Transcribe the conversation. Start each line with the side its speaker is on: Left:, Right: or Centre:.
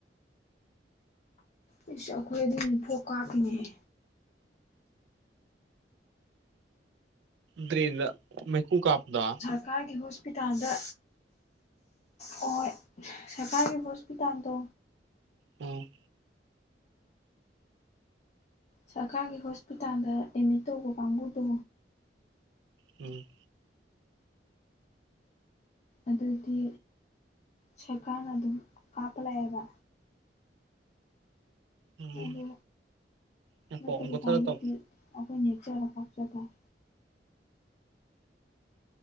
Left: ꯑꯩꯁ ꯑꯩꯈꯣꯏ ꯑꯗꯤ ꯍꯧꯁꯨ ꯐꯣꯛ ꯀꯥꯇꯅꯦꯍꯦ
Right: ꯗ꯭ꯔꯦꯗ ꯃꯦꯛꯈꯨ ꯀꯥꯄꯗꯥ
Left: ꯁꯔꯀꯥꯔꯒꯤ ꯍꯣꯁꯄꯤꯇꯥꯜꯗ ꯍ ꯁꯔꯀꯥꯔꯒꯤ ꯍꯣꯁꯄꯤꯇꯥꯜꯗꯣ
Right: ꯎꯝ
Left: ꯁꯔꯀꯥꯔꯒꯤ ꯍꯣꯁꯄꯤꯇꯥꯜꯗ ꯑꯦꯗꯃꯤꯠ ꯇꯧꯕ ꯀꯥꯡꯕꯨꯗꯣ
Right: ꯎꯝ
Left: ꯑꯗꯨꯗꯤ ꯁꯔꯀꯥꯔꯅ ꯑꯗꯨꯝ ꯀꯥꯞꯄ ꯂꯥꯛꯑꯦꯕ
Right: ꯎꯝ
Left: ꯑꯗꯨ
Right: ꯉꯥꯏꯈꯣ
Left: ꯅꯠꯇꯕ
Right: ꯑꯃꯨꯛ ꯀꯛꯊꯠꯂ
Left: ꯀꯥꯡꯕꯨꯗꯤ
Right: ꯇꯧꯔꯛꯀꯦ
Left: ꯑꯩꯈꯣꯏꯅ ꯅ ꯍꯦꯛꯆꯔ ꯄꯣꯛꯆ ꯇꯔꯦ